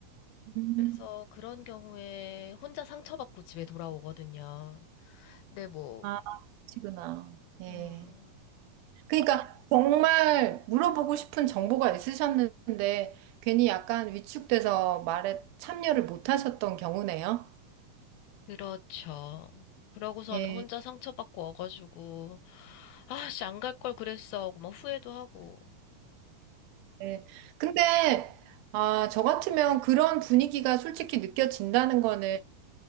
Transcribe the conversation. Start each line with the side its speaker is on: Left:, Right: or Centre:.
Right: 음,
Left: 그래서 그런 경우에 혼자 상처받고 집에 돌아오거든요. 근데 뭐,
Right: 아, 그러시구나. 예.
Left: 음,
Right: 그러니까 정말 물어보고 싶은 정보가 있으셨는데 괜히 약간 위축돼서 말에 참여를 못 하셨던 경우네요.
Left: 그렇죠. 그러고서는
Right: 예.
Left: 혼자 상처받고 어가지고, 아, 씨, 안 갈 걸 그랬어. 하고 막 후회도 하고.
Right: 네. 근데, 아, 저 같으면 그런 분위기가 솔직히 느껴진다는 거는,